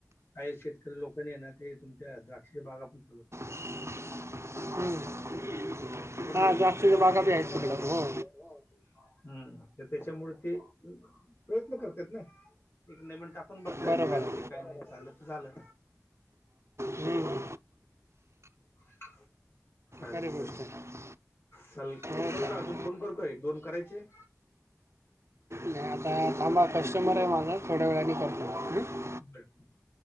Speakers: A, on the left; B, on the right.
A: काही शेतकरी लोकानी ना ते तुमच्या द्राक्षच्या बाग आपण लावतो.
B: हम्म.
A: बरोबर
B: हा
A: हाय
B: द्राक्षाच्या
A: का नाही. द्राक्षाच्या
B: बी आहेत
A: बागा
B: तिकडं
A: बी हायत.
B: हो
A: हो. हम्म, त्याच्यामुळे ते प्रयत्न करत्यात ना. नाही पण टाकून बघतायेत,
B: बरं
A: काय
B: बरं
A: होतेय काय नाही, झालं तर झालं.
B: हम्म.
A: हो. <unintelligible> चालेल
B: खरी गोष्ट
A: चालेल,
B: आहे
A: चालेल
B: हो
A: करू
B: चला
A: का अजून फोन करू का एक दोन करायचे?
B: नाही थांबा, कस्टंबर आहे माझा थोड्या वेळानी कॉल कॉल करतो.
A: बर. <unintelligible>